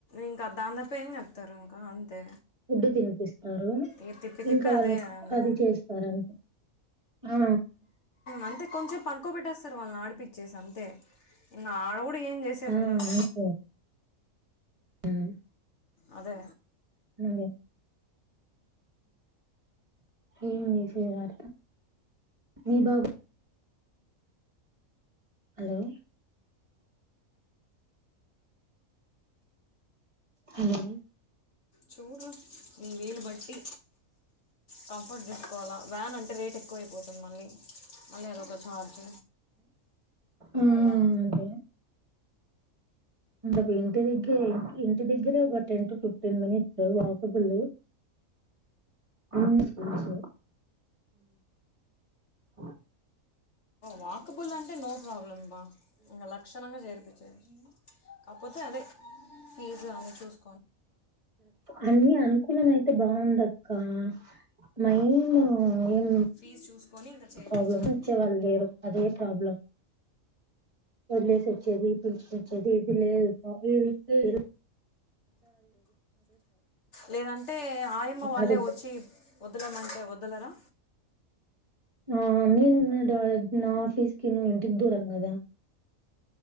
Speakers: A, on the left; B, on the right.
A: ఇంకా దాన్నపైనే చెప్తారు ఇంకా అంతే
B: ఫుడ్డు తినిపిస్తారు
A: ఈ తిప్పి తిప్పి
B: ఇంకా వాళ్ళని
A: అదే అంటే
B: అది చేస్తారంటే ఆ
A: అంతే కొంచెం పడుకో పెట్టేస్తారు వాళ్ళని ఆడిపిచ్చేసి అంతే ఇంకా ఆడ కూడా ఇప్పుడు ఏం చేసేది
B: ఆ!
A: ఉండదు
B: అంతే. హ్మ్.
A: అదే
B: అదే. ఏం చేస వార్త మీ బాబ హలో హలో
A: చూడు నీ వేలు బట్టి కంఫర్ట్ డ్రెస్ వ్యాన్ అంటే రేట్ ఎక్కువైపోతుంది మళ్ళీ మళ్ళీ అదొక ఛార్జ్
B: ఉమ్
A: కదా
B: ఇంథకు ఎంటి ఇధి ఇంటి దగ్గరే ఒక ten to fifteen minutes walkable um <unintelligible>
A: walkable అంటే నో ప్రాబ్లమ్ బా ఇంకా లక్షణంగా చెర్పిన్‌చచ్చు కొపోతే అదే ఫీజ్ అము చూసు
B: అన్ని అనుకూలమ అతే బాగుంద అక్క మైన్
A: ఫీజు చూసుకొని ఇంకా చేర్పించాలి
B: ప్రాబ్లమ్ వచ్చే వాళ్ళు లేరు అదే ప్రాబ్లం వదిలేసి వచ్చేది పిలుచుకొచ్చేది ఇది లేదు ఇది <unintelligible>
A: లేదంటే ఆయమ్మ వాళ్ళే
B: అది
A: వచ్చి వదలమంటే వదలరా
B: ఆ నేనున్నాడు నా ఆఫీస్ కి నువ్వు ఇంటికి దూరం కదా